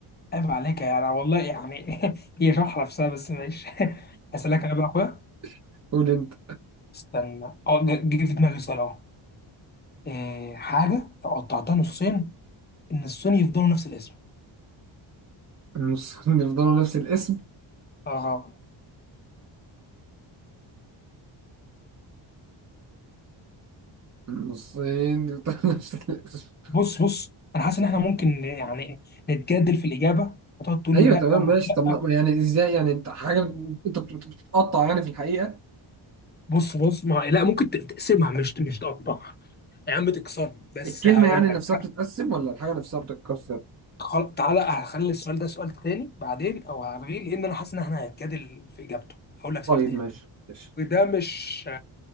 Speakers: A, on the left; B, on the right.
A: عيب عليك يعني والله يعني <laughs> هي شرحة نفسها بس ماشي <laughs> أسألك أنا بقى يا أخويا
B: <laughs> قول انت
A: استنى أه جه جه في دماغي سؤال أهو إيه حاجة لو قطعتها نصين النصين يفضلوا نفس الاسم
B: النصين يفضلوا نفس الاسم
A: أه
B: النصين يفضلوا <laughs> نفس الاسم
A: بص بص أنا حاسس إن إحنا ممكن ن- يعني نتجادل في الإجابة هتقعد تقول
B: ايوه
A: لي لأ
B: تمام
A: أو
B: ماشي
A: مش لأ
B: طب ما- يعني ازاي يعني انت حاجه انت بت- بت- بتتقطع يعني في الحقيقه
A: بص بص ما لا ممكن ت- تقسمها مش مش تقطعها يا عم تكسرها بس
B: الكلمه
A: هقول
B: يعني
A: لك
B: نفسها بتتقسم ولا الحاجه نفسها بتتكسر
A: خل... تعالى هخلي السؤال ده سؤال تاني بعدين أو هلغيه لأن أنا حاسس إن إحنا هنتجادل في إجابته هقول لك سؤال
B: طيب
A: تاني
B: ماشي ماشي
A: وده مش